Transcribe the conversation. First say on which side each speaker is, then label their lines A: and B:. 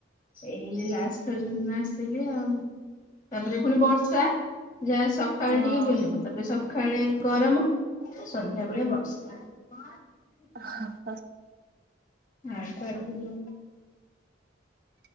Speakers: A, on the left (about 15°); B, on the right (about 50°).
A: ଏଇ ଲାଷ୍ଟ ରଜ ଦିନ ଆସିଥିଲି ଆଉ ତାପରେ ପୁଣି ବ ଷା ଯାହା ସକାଳେ
B: ହଁ।
A: ଟିକେ ବୁଲିବୁ ତାପରେ ସକାଳେ ଗରମ ସନ୍ଧ୍ୟା ବଳେ ବର୍ଷା।
B: ହଁ ଆ
A: ଆଁ <unintelligible>